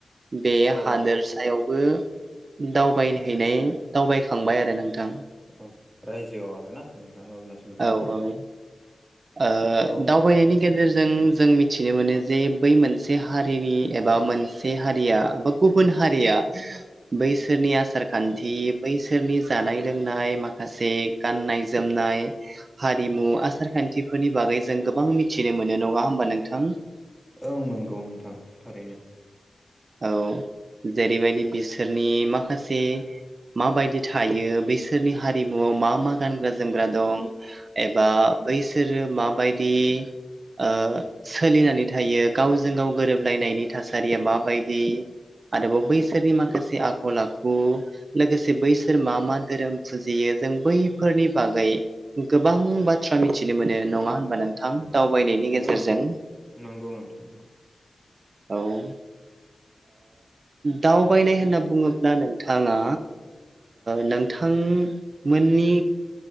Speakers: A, on the right; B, in the centre.
A: बे
B: औ
A: हादोरसायावबो
B: औ
A: दावबायहैनाय दावबायखांबाय आरो नोंथां
B: औ रायजोआव आरो ना नोंथाङा अरुणचल
A: औ औ
B: औ
A: दावबायनायनि गेजेरजों जों जों मिथिनो मोनो जे बै मोनसे हारिनि एबा मोनसे हारिया गुबुन हारिया बैसोरनि आसार खान्थि बैसोरनि जानाय लोंनाय माखासे गाननाय जोमनाय हारिमु आसार खान्थिफोरनि बागै जों गोबां मिथिनो मोनो नङा होनबा नोंथां
B: औं नंगौ नोंथां थारैनो
A: औ जेरैबायदि बिसोरनि माखासे माबायदि थायो बिैसोरनि हारिमुवआव मा मा गानग्रा जोमग्रा दं एबा बैसोरो माबायदि ओ सोलिनानै थायो गावजों गाव गोरोबलायनायनि थासारिया माबायदि आरोबाव बैसागनि माखासे आखल आखु लोगोसे बैसोर मा मा धोरोम फुजियो जों बैफोरनि बागै गोबां बाथ्रा मिथिनो मोनो नङा होनबा नोंथां दावबायनायनि गेजेरजों
B: ओं नंगौ नोंथां नंगौ
A: औ दावबायनाय होनना बुङोब्ला नोंथाङा नोंथांमोननि